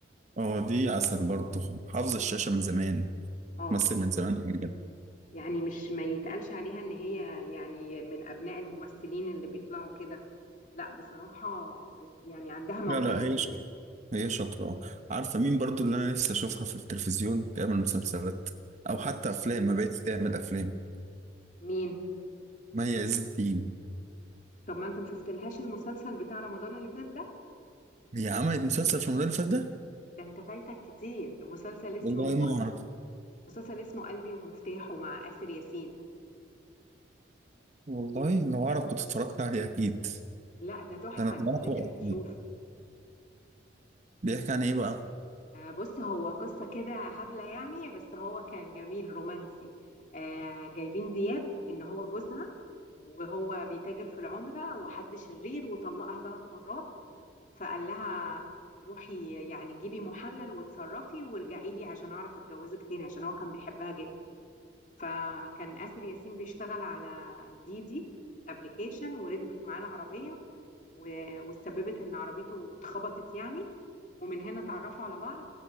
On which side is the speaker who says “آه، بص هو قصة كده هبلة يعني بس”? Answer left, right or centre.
Left